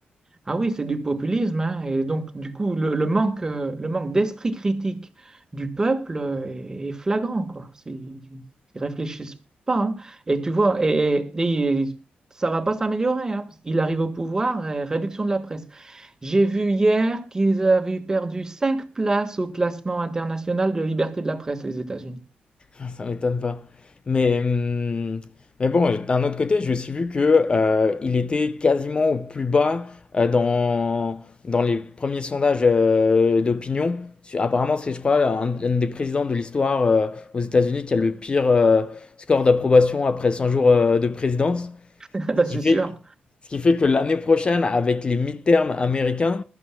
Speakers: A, on the right; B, on the left.
A: Ah oui, c'est du populisme, hein, et donc du coup le, le manque, euh, le manque d'esprit critique du peuple euh, est, est flagrant, quoi. C'est- Ils réfléchissent pas, hein. Et tu vois, et, et- et ça va pas s'améliorer, hein. Il arrive au pouvoir, et réduction de la presse. J'ai vu hier qu'ils avaient perdu cinq places au classement international de liberté de la presse, les États-Unis.
B: Ah, Ça m'étonne pas. Mais, hum, mais bon, d'un autre côté, j'ai aussi vu que, euh, il était quasiment au plus bas euh, dans, dans les premiers sondages euh, d'opinion. Su- Apparemment, c'est, je crois, un, un des présidents de l'histoire euh, aux États-Unis qui a le pire euh, score d'approbation après 100 jours euh, de présidence.
A: <laughs>
B: Ce
A: Bah, c'est
B: qui fait,
A: sûr.
B: que- ce qui fait que l'année prochaine, avec les midterms américains,